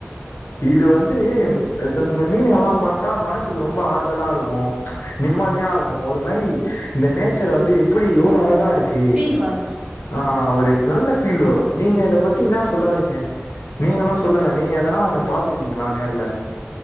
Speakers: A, on the left; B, on the right.
A: இது வந்து
B: ம்
A: இந்த மீனுக எல்லா பாத்தா மனசுக்கு ரொம்ப ஆறுதலா இருக்கு நிம்மதியா இருக்கு ஒரு மாரி இந்த நேச்சர் வந்து எப்டி எவ்ளோ அழகா இருக்கு
B: த்தி வரு
A: ஆ ஒரு நல்ல ஃபீல் வரு நீங்க இத பத்தி என்னா சொல்ல வறீங்க நீங்கல்லா சொல்லுங்க நீங்க எதனா ஒன்னு பாத்திருக்கீங்ளா நேர்ல